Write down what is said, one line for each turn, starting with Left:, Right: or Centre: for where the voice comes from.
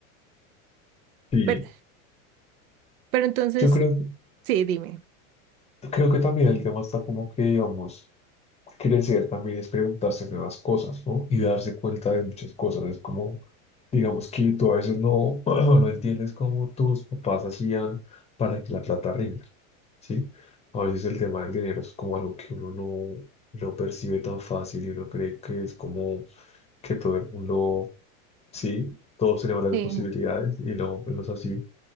Left: Sí,
Right: Pero, pero entonces,
Left: yo creo,
Right: sí, dime.
Left: creo que también el tema está como que, digamos, crecer también es preguntarse nuevas cosas, ¿no? Y darse cuenta de muchas cosas. Es como, digamos que tú a veces no, <clears throat> no entiendes cómo tus papás hacían para que la plata rinda, ¿sí? A veces el tema del dinero es como algo que uno no, no percibe tan fácil y uno cree que es como que todo el mundo, sí, todos tenemos las
Right: Sí,
Left: posibilidades y no, no es así.